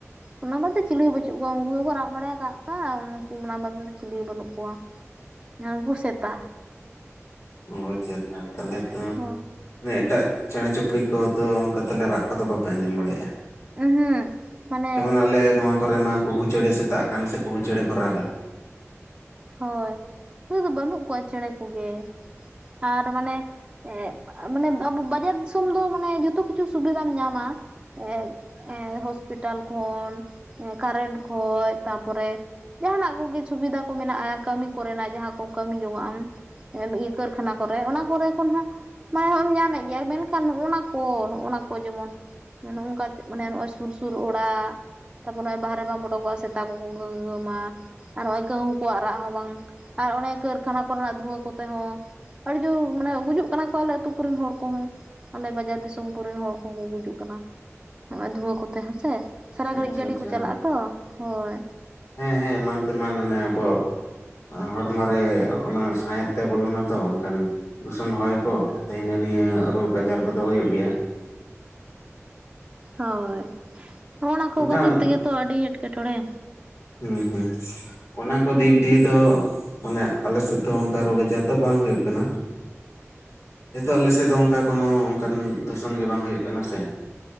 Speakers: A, on the right (about 20°); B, on the left (about 65°).
A: ᱚᱱᱟ ᱵᱟᱫᱮ ᱪᱤᱞᱤ ᱦᱚᱸ ᱵᱟᱹᱪᱩᱜ ᱠᱚᱣᱟ, ᱩᱱᱠᱩ ᱜᱮᱠᱚ ᱨᱟᱜ ᱵᱟᱲ ᱠᱟᱜ ᱠᱟᱜ ᱩᱱᱠᱩ ᱚᱱᱟ ᱵᱟᱫᱮ ᱫᱚ ᱪᱤᱞᱤ ᱦᱚᱸ ᱵᱟᱹᱱᱩᱜ ᱠᱚᱣᱟ᱾ ᱱᱩᱝᱠᱩ ᱥᱮᱛᱟ᱾
B: ᱚ ᱡᱟᱞᱟ ᱛᱟᱦᱞᱮ ᱛᱚ
A: ᱦᱚ᱾
B: ᱢᱟᱱᱮ ᱮᱴᱟᱜ ᱪᱮᱬᱮ ᱪᱩᱯᱲᱤ ᱠᱚ ᱫᱚ ᱚᱱᱠᱟ ᱛᱟᱦᱞᱮ ᱨᱟᱜ ᱠᱚᱫᱚ ᱵᱟᱯᱮ ᱟᱸᱡᱚᱢ ᱵᱟᱲᱟᱭᱮᱜᱼᱟ?
A: ᱩᱦᱩᱸ ᱢᱟᱱᱮ
B: ᱡᱮᱢᱚᱱ ᱟᱞᱮ ᱱᱚᱣᱟ ᱠᱚᱨᱮ ᱢᱟ ᱠᱩᱦᱩ ᱪᱮᱬᱮ ᱥᱮᱛᱟᱜ ᱟᱠᱟᱱ ᱥᱮ ᱠᱩᱦᱩ ᱪᱮᱬᱮ ᱠᱚ ᱨᱟᱜᱟ᱾
A: ᱦᱳᱭ ᱩᱱᱟᱹᱜ ᱫᱚ ᱵᱟᱹᱱᱩᱜ ᱠᱚᱣᱟ ᱪᱮᱬᱮ ᱠᱚᱜᱮ᱾ ᱟᱨ ᱢᱟᱱᱮ ᱮᱸᱜ ᱢᱟᱱᱮ ᱵᱟᱡᱟᱨ ᱫᱤᱥ ᱥᱚᱢ ᱫᱚ ᱢᱟᱱᱮ ᱡᱚᱛᱚ ᱠᱤᱪᱷᱩ ᱥᱩᱵᱤᱫᱷᱟᱢ ᱧᱟᱢᱟ ᱮᱸ ᱮᱸ ᱦᱚᱥᱯᱤᱴᱟᱞ ᱠᱷᱚᱱ, ᱮᱸ ᱠᱟᱨᱮᱱᱴ ᱠᱷᱚᱡ ᱛᱟᱯᱚᱨᱮ ᱡᱟᱦᱟᱱᱟᱜ ᱠᱚᱜᱮ ᱥᱩᱵᱤᱫᱷᱟ ᱠᱚ ᱢᱮᱱᱟᱜᱼᱟ, ᱠᱟᱹᱢᱤ ᱠᱚᱨᱮᱱᱟᱜ ᱡᱟᱦᱟᱸ ᱠᱚᱢ ᱠᱟᱹᱢᱤ ᱡᱚᱝᱟᱜ ᱟᱢ᱾ ᱤᱭᱟᱹ ᱠᱟᱹᱨᱠᱷᱟᱱᱟ ᱠᱚᱨᱮ ᱚᱱᱟ ᱠᱚᱨᱮ ᱠᱷᱚᱱ ᱦᱚᱸ ᱢᱟᱱᱮ ᱱᱚᱜᱼᱚᱭ ᱮᱢ ᱧᱟᱢᱮᱫ ᱜᱮᱭᱟ ᱢᱮᱱᱠᱷᱟᱱ ᱚᱱᱟ ᱠᱚ ᱱᱚᱜᱼᱱᱟ ᱠᱚ ᱡᱮᱢᱚᱱ ᱱᱚᱜ ᱱᱚᱝᱠᱟ ᱢᱟᱱᱮ ᱱᱚᱜᱼᱚᱭ ᱥᱩᱨ ᱥᱩᱨ ᱚᱲᱟᱜ᱾ ᱛᱟᱨᱯᱚᱨ ᱱᱚᱜᱼᱚᱭ ᱵᱟᱦᱨᱮ ᱵᱟᱢ ᱩᱰᱩᱠᱚᱜᱼᱟ ᱥᱮᱛᱟ ᱠᱚᱠᱚ ᱜᱷᱟᱶ ᱜᱷᱟᱶ ᱟᱢᱟ ᱟᱨ ᱱᱚᱜᱼᱚᱭ ᱠᱟᱹᱦᱩ᱾ ᱟᱠᱣᱟᱜ ᱨᱟᱜ ᱦᱚᱸ ᱵᱟᱝ ᱟᱨ ᱚᱱᱮ ᱠᱟᱹᱨᱠᱷᱟᱱᱟ ᱠᱚᱨᱮᱱᱟᱜ ᱫᱷᱩᱣᱟᱹ ᱠᱚᱛᱮ ᱦᱚᱸ ᱟᱹᱰᱤ ᱡᱳᱨ ᱢᱟᱱᱮ ᱜᱩᱡᱩᱜ ᱠᱟᱱᱟ ᱠᱚ ᱟᱞᱮ ᱟᱹᱛᱩ ᱠᱚᱨᱮᱱ ᱦᱚᱲ ᱠᱚᱦᱚᱸ.... ᱟᱞᱮ ᱵᱟᱡᱟᱨ ᱫᱤᱥᱚᱢ ᱠᱚᱨᱮᱱ ᱦᱚᱲ ᱠᱚᱦᱚᱸ ᱠᱚ ᱜᱩᱡᱩᱜ ᱠᱟᱱᱟ ᱱᱚᱜᱚᱭ ᱫᱷᱩᱣᱟᱹ ᱠᱚᱛᱮ ᱦᱮᱸᱥᱮ᱾ ᱥᱟᱨᱟ ᱜᱷᱟᱹᱲᱤᱡ
B: ᱟᱪᱪᱷᱟ
A: ᱜᱟᱹᱰᱤ
B: ᱟᱪᱪᱷᱟ
A: ᱠᱚ ᱪᱟᱞᱟᱜᱼᱟ
B: ᱦᱳᱭ
A: ᱛᱚ ᱦᱳᱭ
B: ᱦᱮᱸ ᱦᱮᱸ ᱮᱢᱟᱱ ᱛᱮᱢᱟᱱ ᱮ ᱟᱵᱚ᱾ ᱦᱚᱲᱢᱚᱮ ᱚᱱᱟ ᱥᱟᱸᱦᱮᱫ ᱛᱮ ᱵᱚᱞᱚᱱᱟ ᱛᱚ ᱚᱱᱠᱟᱱ᱾ ᱫᱩᱥᱚᱱ ᱦᱚᱭ ᱠᱚ <inaudible> ᱱᱤᱭᱟᱹ ᱨᱳᱜᱽ ᱟᱡᱟᱨ ᱠᱚᱫᱚ ᱦᱩᱭᱩᱜ ᱜᱮᱭᱟ᱾
A: ᱦᱳᱭ ᱚᱱᱟ ᱠᱚ
B: ᱢᱮᱱᱠᱷᱟᱱ
A: ᱠᱷᱟᱹᱛᱤᱨ ᱛᱮᱜᱮᱛᱚ ᱟᱹᱰᱤ ᱮᱴᱠᱮᱴᱚᱬᱮ᱾
B: ᱦᱮᱸ ᱦᱮᱸ ᱚᱱᱟ ᱠᱚ ᱫᱤᱠ ᱫᱤᱭᱮ ᱫᱚ... ᱢᱟᱱᱮ ᱟᱞᱮᱥᱮᱫ ᱫᱚ ᱚᱱᱠᱟ ᱨᱳᱜᱽ ᱟᱡᱟᱨ ᱫᱚ ᱵᱟᱝ ᱦᱩᱭᱩᱜ ᱠᱟᱱᱟ᱾ ᱡᱮᱛᱩ ᱟᱞᱮᱥᱮᱫ ᱫᱚ ᱚᱱᱠᱟ ᱠᱳᱱᱚ ᱚᱱᱠᱟᱱ ᱫᱷᱩᱥᱚᱱ ᱜᱮ ᱵᱟᱝ ᱦᱩᱭᱩᱜ ᱠᱟᱱᱟ ᱥᱮ᱾